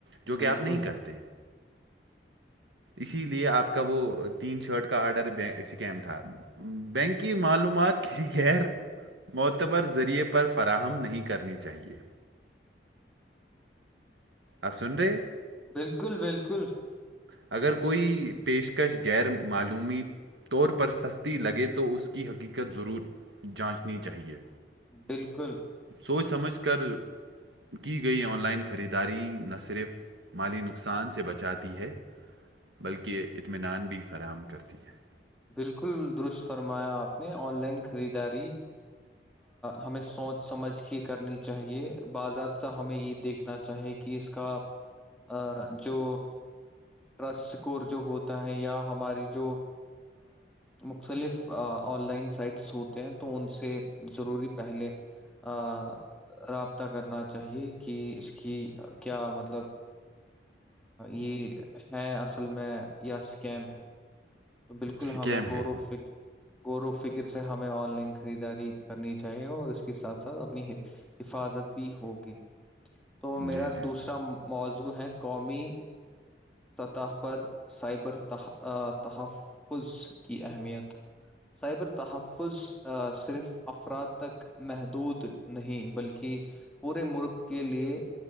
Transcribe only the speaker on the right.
جو
کہ آپ نہیں کرتے ہیں اسی لیے آپ کا وہ تین شرٹ کا آرڈر سکیم تھا بینکی معلومات کسی غیر معتبر ذریعے پر فراہم نہیں کرنی چاہیے آپ سن رے
اگر کوئی پیشکش غیر معلومی طور پر سستی لگے تو اس کی حقیقت ضرور جانچنی چاہئے
سوچ سمجھ کر کی گئی آن لائن خریداری نہ صرف مالی نقصان سے بچاتی ہے بلکہ اطمینان بھی فراہم کرتی ہے
سکیم
ہے
جی جی